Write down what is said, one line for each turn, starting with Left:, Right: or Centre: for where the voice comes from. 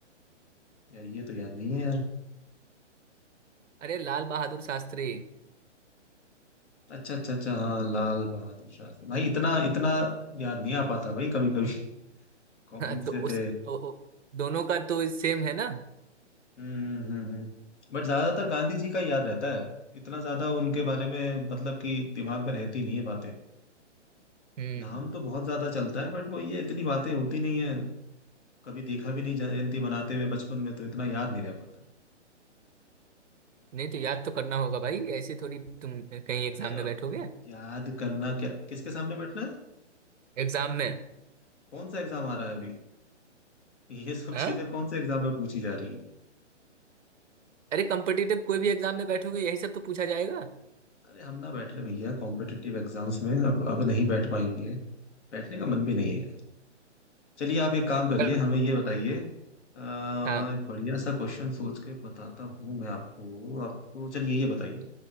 Left: यार ये तो याद नहीं है यार
Right: अरे लाल बहादुर शास्त्री
Left: अच्छा अच्छा अच्छा हाँ लाल बहादुर शास्त्री भाई इतना इतना याद नहीं आ पाता भाई कभी कभी <laughs> कौन
Right: <laughs> तो
Left: से
Right: उस
Left: थे
Right: ओ, ओ, दोनों का तो सेम है ना
Left: हम्म हम्म हम्म हम्म। बट ज्यादातर गांधी जी का याद रहता है इतना ज्यादा उनके बारे में मतलब कि दिमाग में रहती नहीं है बातें
Right: हम्म
Left: नाम तो बहुत ज्यादा चलता है बट वो ये इतनी बातें होती नहीं है कभी देखा भी नहीं जयंती मनाते हुए बचपन में तो इतना याद नहीं रह पाता
Right: नहीं तो याद तो करना होगा भाई ऐसे थोड़ी तुम कहीं एग्जाम
Left: अरे
Right: में
Left: अब
Right: बैठोगे
Left: याद करना क्या किसके सामने बैठना है
Right: एग्जाम में
Left: कौन सा एग्जाम आ रहा है अभी ये सब
Right: हाँ?
Left: चीजें कौन से एग्जाम में पूछी जा रही है
Right: अरे कॉम्पिटिटिव कोई भी एग्जाम में बैठोगे यही सब तो पूछा जाएगा
Left: अरे हम ना बैठ रहे भैया कॉम्पिटिटिव एग्जाम्स में अब अब नहीं बैठ पाएंगे बैठने का मन भी नहीं है यार चलिए आप एक काम करिए
Right: पर
Left: हमें ये बताइए अह,
Right: हाँ
Left: एक बढ़िया सा क्वेश्चन सोच के बताता हूँ मैं आपको आपको चलिए ये बताइए